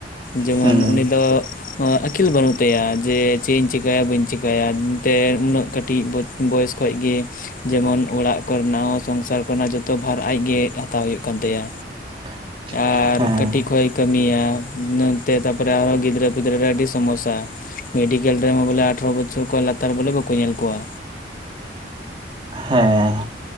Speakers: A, on the left (about 50°); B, on the right (about 30°).
A: ᱡᱮᱢᱚᱱ
B: ᱦᱩᱸ
A: ᱩᱱᱤ ᱫᱚ ᱟᱹᱠᱤᱞ ᱵᱟᱹᱱᱩᱜ ᱛᱟᱭᱟ ᱡᱮ ᱪᱮᱫ ᱤᱧ ᱪᱤᱠᱟᱹ ᱵᱟᱹᱧ ᱪᱤᱠᱟᱭᱟᱛᱮ ᱩᱱᱟᱹᱜ ᱠᱟᱹᱴᱤᱡ ᱵᱚᱭᱮᱥ ᱠᱷᱚᱡ ᱜᱮᱺ ᱡᱮᱢᱚᱱ ᱚᱲᱟᱜ ᱠᱚᱨᱮᱱᱟᱜ ᱦᱚᱸ ᱥᱚᱝᱥᱟᱨ ᱠᱚᱨᱮᱱᱟᱜ ᱡᱚᱛᱚ ᱵᱷᱟᱨ ᱟᱡᱜᱮ ᱦᱟᱛᱟᱣ ᱦᱳᱭᱳᱜ ᱠᱟᱱ ᱛᱟᱭᱟ᱾
B: <inaudible>
A: ᱟᱨ
B: ᱦᱮᱸ
A: ᱠᱟᱹᱴᱤᱡ ᱠᱷᱚᱡ ᱮ ᱠᱟᱹᱢᱤᱭᱟ᱾ ᱱᱚᱛᱮ ᱛᱟᱯᱚᱨᱮ ᱟᱨᱦᱚ ᱜᱤᱫᱽᱨᱟᱹ ᱯᱤᱫᱸᱨᱟ ᱨᱮ ᱟᱹᱰᱤ ᱥᱚᱢᱚᱥᱟ᱾ ᱢᱮᱰᱤᱠᱮᱞ ᱨᱮᱦᱚ ᱵᱚᱞᱮ ᱟᱴᱷᱨᱚ ᱵᱚᱪᱷᱚᱨ ᱠᱷᱚᱱ ᱞᱟᱛᱟᱨ ᱵᱚᱞᱮ ᱵᱟᱠᱚ ᱧᱮᱞ ᱠᱚᱣᱟ᱾
B: ᱦᱮᱸ